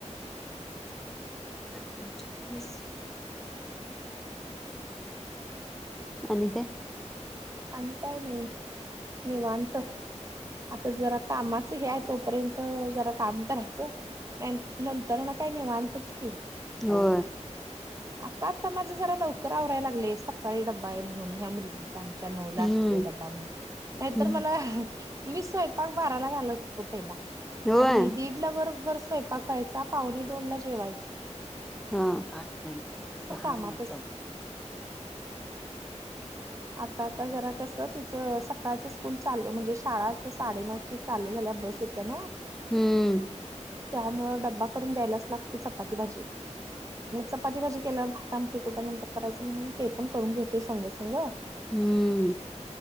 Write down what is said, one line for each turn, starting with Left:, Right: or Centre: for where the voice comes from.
Centre: प्रच मश. आणि का
Right: अता नाही निवांत आता जरा कामात हे तोपर्यंत जरा काम करायचं नंतर ना काही नाहीवांतच की.
Centre: हो.
Right: आता आता माझं जरा लवकर आवरायला लागले सकाळी डब्बा आहे म्हणून ह्या मुलगीचा. आमच्या नऊला
Centre: हम्म
Right: असतोय डबा म्हणून, नाहीतर
Centre: हम्म
Right: मला. मी स्वयंपाक बाराला घालत होतो पहिला.
Centre: होय
Right: आणि दीड ला बरोबर स्वयंपाक व्हायचा पाहुणे दोन ला जेवायच
Centre: हा आठ महिने सहा
Right: कामातच
Centre: म चौ.
Right: आता आता जरा कसं तिचं सकाळचं स्कूल चालू म्हणजे शाळा साडेनऊ चालू झाल्या बस येत्या ना.
Centre: हम्म.
Right: त्यामुळं डब्बा करून द्यायलाच लागते चपाती भाजी मग चपाती भाजी केल्यावर भात आमट कुठ्या नंतर करायचं म्हणून ते पण करून घेतोय संग संग.
Centre: हम्म हम्म